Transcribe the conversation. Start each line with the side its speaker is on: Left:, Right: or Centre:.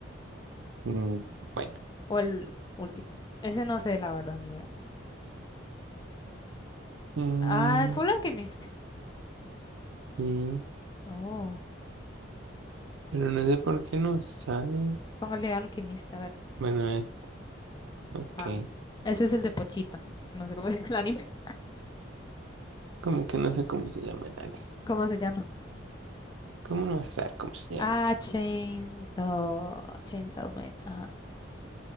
Right: mm, Bueno,
Left: o el último. Ese no sé, la verdad, ni idea.
Right: Mm,
Left: Ah, fue el Alchemist.
Right: y-
Left: Oh,
Right: pero no sé por qué no sale.
Left: póngale Alchemist, a ver.
Right: Bueno, es, ok,
Left: Ajá. Ese es el de Pochita, que no sé cómo se llama el anime.
Right: como que no sé cómo se llama el anime.
Left: <laughs> ¿Cómo se llama?
Right: ¿Cómo no vas a saber cómo se llama
Left: Ah,
Right: el anime?
Left: Chainsaw, Chainsaw Man, ajá.